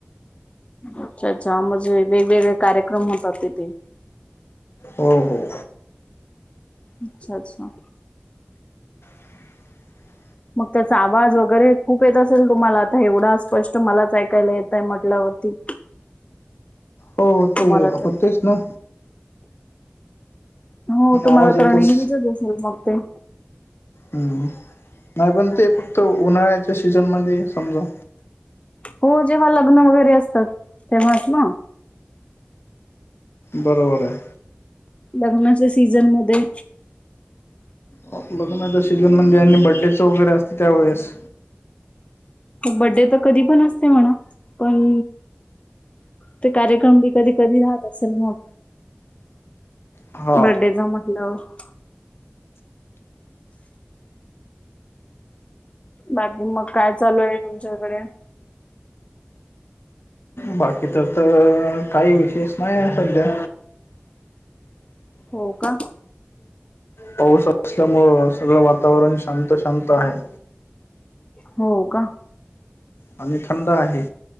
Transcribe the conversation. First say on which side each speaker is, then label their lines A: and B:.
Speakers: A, on the left; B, on the left.
A: अच्छा अच्छा म्हणजे वेगवेगळे कार्यक्रम होतात तिथे
B: हो हो.
A: अच्छा अच्छा
B: <inaudible>
A: मग त्याचा आवाज वगैरे खूप येत असेल तुम्हाला आता एवढा स्पष्ट मलाच ऐकायला येतय म्हटल्यावरती
B: हो
A: तुम्हाला
B: ते
A: तर
B: होतेच ना
A: हो तुम्हाला
B: आवाज येतेच
A: तर हा नेहमीचाच अससे मग ते
B: हूं नाय पण ते फक्त उन्हाळ्याच्या सीजनमध्ये समजा
A: हो जेव्हा लग्न वगैरे असतात तेव्हाच ना
B: बरोबर आहे.
A: लग्नाच्या सीझन मध्ये
B: हो लग्नाच्या सीझजन म्हणजे आणि बड्डे च वगैरे असत त्यावेेळेस
A: बड्डे त कधी पण असते म्हणा पण ते कार्यक्रम बी कधी कधी राहत असेल मग
B: हा
A: बर्थडे चा म्हटल्यावर बाकी मग काय चालू आहे तुमच्याकडे
B: बाकीचं तर काही विशेष नाही सध्या
A: हो का
B: पाऊस असल्यामुळं सगळं वातावरण शांत शांत हाय.
A: हो का.
B: आणि थंड आहे.